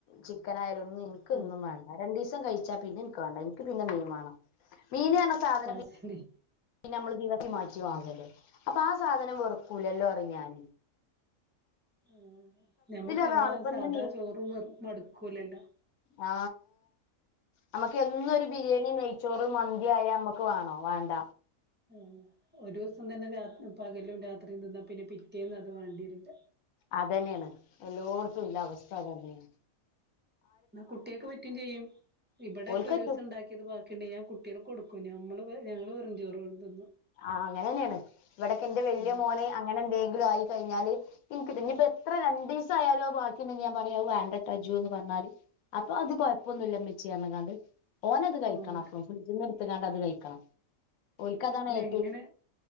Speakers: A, on the left; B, on the right.
A: ചിക്കനായാലും ഇനിക്കൊന്നും
B: ആഹ്
A: വേണ്ട രണ്ടീസം കഴിച്ചാ പിന്നെ ഇന്ക്ക് വേണ്ട ഇന്ക്ക് പിന്നെ മീൻ വാ മീന് പറഞ്ഞ സാധനം
B: അത്
A: പി
B: ശരി
A: ന്നെമ്മള് ദിവസി മാറ്റി വാങ്ങല്ലേ അപ്പൊ ആ സാധനം വെറുക്കൂലല്ലോ അറിയുംഞാൻ
B: ആ ഞമ്മക്ക്
A: അതാണ്
B: നമ്മളെ
A: ഇപ്പൊ
B: സാധാ
A: ഇന്ന്
B: ചോറും വെറ് മടുക്കൂലല്ലോ
A: ഏ നമക്ക് എന്നെരു ബിരിയാണി നെയ്ച്ചോറ് മന്തി ആയാ നമ്മക്ക് വേണോ വാണ്ട
B: ആ ഒരൂസം തന്നെ രാ പകലും രാത്രിയും തിന്നാ പിന്നെ പിറ്റേന്നത് വണ്ടിവരൂല
A: അതെനെയാണ് എല്ലൊട്ത്തുംല്ല അവസ്ഥ അത് തന്നെണ്
B: എന്നാ കുട്യാക്ക് പറ്റും ചെയ്യും ഇവിടെക്കെ
A: ഓൽക്കറ്റും
B: ഒരു ദിവസം ഉണ്ടാക്കിയത് ക്കിണ്ടെങ്കി ഞാൻ കുട്യാക്കെട്ത്ത് കൊടുക്കും ഞമ്മൾ ഞങ്ങള് വെറുചോറ് തിന്നും
A: ആ അങ്ങനെന്നെയാണ് ഇവിടൊക്കെ എന്റെ വല്യ
B: ഉം
A: മോനെ അങ്ങനെ എന്തെങ്കിലും ആയി കഴിഞ്ഞാല് ന്ക്കിത് ഇപ്പോ എത്ര രണ്ടിസായാലും ബാക്കിണ്ടെങ്കി ഞാൻ പറയാ അത് വെണ്ടട്ടൊ അജൊന്ന് പറഞ്ഞാല് അപ്പൊ അത് കൊഴപ്പൊന്നുല്ല മ്മച്ചീ പറഞ്ഞ്ങ്ങാണ്ട് ഓനത് കഴിക്കണം
B: ആഹ്
A: അപ്പം ഫ്രിഡ്ജിന്ന് ട്ത്ത്കാണ്ടത് കഴിക്കണം ഒല്ക്കതാണ് ഏ
B: എങ്ങനെ